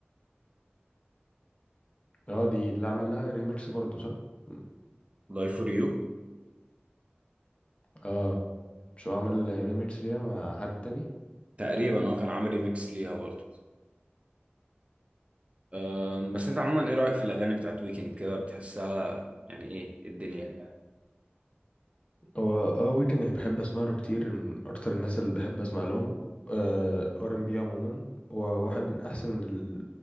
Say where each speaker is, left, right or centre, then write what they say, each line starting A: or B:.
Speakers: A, on the left; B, on the right.
A: اه دي اللي عملها ريميكس برضه صح م.
B: داي فور يو
A: اه مش هو عمل ريميكس ليها مع حد تاني
B: تقريبا هو كان عامل ريميكس ليها برضو أم، بس انت عموما ايه رأيك في الاغاني بتاعت ويكند كده بتحسها يعني ايه إيه الدنيا
A: هو اه ويكند أنا بحب اسمع له كتير من اكتر الناس اللي بحب اسمع لهم ار ام بي عموما هو واحد من احسن ال-